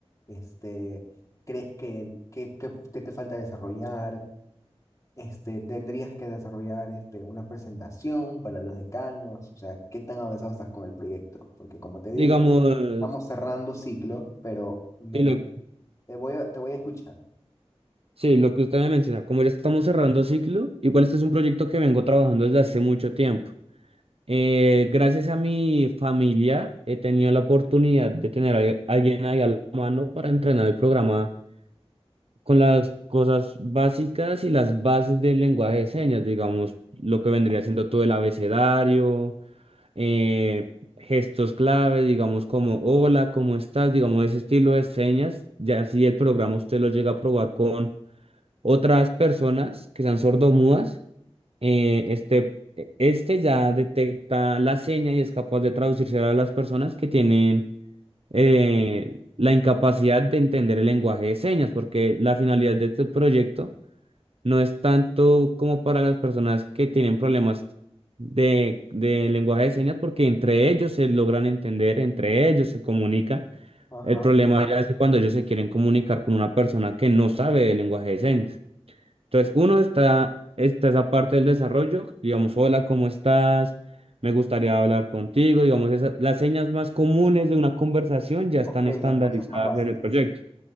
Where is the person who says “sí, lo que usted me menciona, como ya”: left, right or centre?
Right